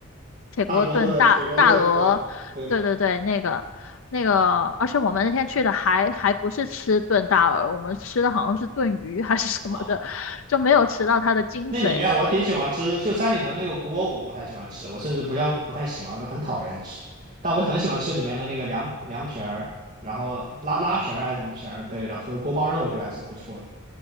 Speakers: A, on the left; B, on the right.
A: 铁锅炖大大鹅，
B: 大锅炖、铁锅炖，对对。
A: 对对对，那个那个，而且我们那天去的还还不是吃炖大鹅，我们吃的好像是炖鱼还是什么的，
B: 啊。
A: <laughs> 就没有吃到它的精髓。
B: 那里面我挺喜欢吃，就三里屯那个锅我不太喜欢吃，我甚至不要不太喜欢，我就很讨厌吃。但我很喜欢吃里面的那个凉凉皮儿，然后拉拉皮儿还是什么皮儿，对，然后锅包肉我觉得还是不错的。